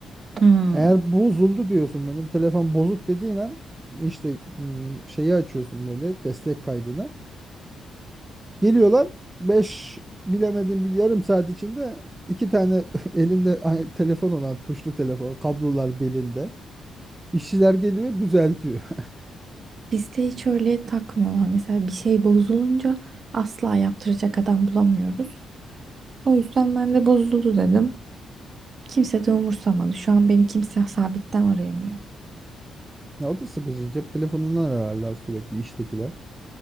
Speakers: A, on the right; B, on the right.
A: Hmm.
B: Eğer bozuldu diyorsun benim telefon bozuk dediğin an işte ım, şeyi açıyorsun böyle destek kaydını. Geliyorlar beş bilemedin bir yarım saat içinde iki tane <laughs> elinde ay- telefon olan tuşlu telefon kablolar belinde. İşçiler geliyor düzeltiyor. <laughs>
A: bizde hiç öyle takmıyorlar. Mesela bir şey bozulunca asla yaptıracak adam bulamıyoruz. O yüzden ben de bozuldu dedim. Kimse de umursamadı. Şu an beni kimse sabitten arayamıyor.
B: Ya o da sıkıcı cep telefonundan ararlar sürekli iştekiler.